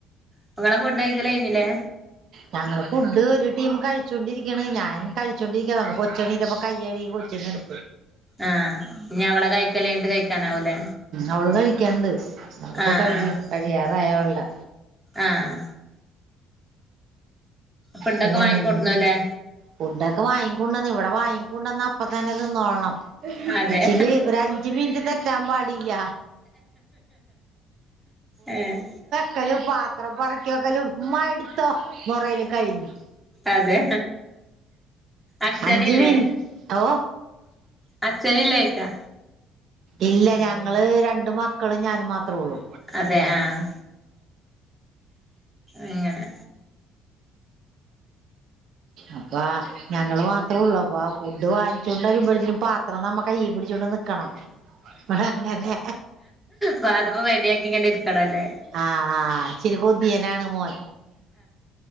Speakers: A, in the centre; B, on the right.
A: നിങ്ങളെ ഫുഡ് കയിക്കല് കഴിഞ്ഞില്ലേ
B: ഞങ്ങള് ഫുഡ് ഒരു ടീം കഴിച്ചോണ്ടിരിക്കണ് ഞാൻ കഴിച്ചോണ്ടിരിക്കാ നമ കൊച്ചണ ഇപ്പ കയ്യി കൊച്ചണി എടു
A: ആഹ് ഇനി അവളെ കഴിക്കഞ്ഞിട്ട് കഴിക്കാനാവൂലേ
B: അവള് കഴിക്കണ്ട് അത് ഇപ്പോ
A: ആഹ്
B: കഴിയും
A: ആഹ്
B: കഴിയാറായി അവളുടെ
A: ആഹ് ഫുഡൊക്കെ
B: പിന്നെന്ന്നും
A: വാങ്ങിക്കൊടുന്നുല്ലേ
B: ഫുഡൊക്കെ വാങ്ങിക്ക കൊണ്ടുവന്ന് ഇവിടെ വാങ്ങിക്കൊണ്ടന്ന് അപ്പ തന്നെ തിന്നോള്ളണം
A: അതെ
B: ഇച്ചിരി ഒരഞ്ച് മിനിറ്റ് തെറ്റാൻ പാടില്ല
A: ഏഹ്
B: ക്കല് പാത്രം പെറുക്കിവെക്കലും ഉമ്മ എടുത്തോ പറയല് കഴിഞ്ഞു
A: അതെ അച്ഛനില്ലേ
B: അഞ്ച് മിനി ഓ
A: അച്‌ഛനില്ലേ യിക്കാ
B: ഇല്ല ഞങ്ങള് രണ്ട് മക്കളും ഞാനും മാത്രേ ഒള്ളു
A: അതെ ആഹ് അങ്ങനെ
B: അപ്പ ഞങ്ങള് മാത്രേ ഒള്ളൂ അപ്പൊ ആഹ് ഫുഡ് വാങ്ങിച്ചുകൊണ്ട് വരുമ്പഴത്തേനും പാത്രം നമ്മ കയ്യി പിടിച്ചോണ്ട് നിക്കണം ഇവിടെ അങ്ങനെ
A: പാത്രംറെഡിയാക്കി ഇങ്ങനെ ഇടുക്കണല്ലേ
B: ആഹ് ആഹ് ഇച്ചിരി കൊതിയനാണ് മോൻ